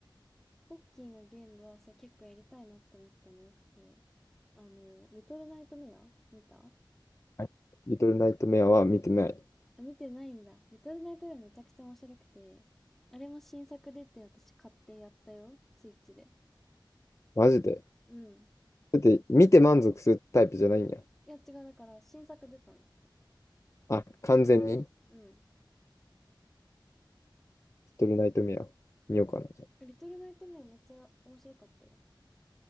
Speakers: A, in the centre; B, on the left (about 35°).
A: ポッキーのゲームはさ、結構やりたいなって思ったの多くて。あの、リトルナイトメア見た
B: はいリトルナイトメアは見てない。
A: あ、見てないんだ。リトルナイトメアめちゃくちゃ面白くて。あれも新作出て私買ってやったよ。スイッチで。
B: マジで。
A: うん。
B: だって、見て満足するタイプじゃないんや。
A: いや違う、だから新作出たんだって。
B: あ、完全に、
A: うん。
B: リトルナイトメア見ようかな、じゃ
A: リトルナイトメアめっちゃ面白かったよ。